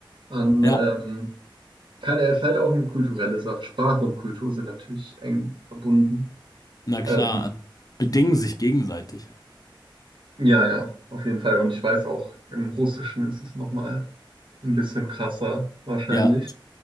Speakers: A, on the right; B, on the left.
A: an,
B: Ja.
A: ähm, keine, es ist halt auch eine kulturelle Sache. Sprache und Kultur sind natürlich eng verbunden.
B: Na klar,
A: Ähm,
B: also bedingen sich gegenseitig.
A: ja, ja, auf jeden Fall. Und ich weiß auch, im Russischen ist es nochmal ein bisschen krasser, wahrscheinlich.
B: Ja,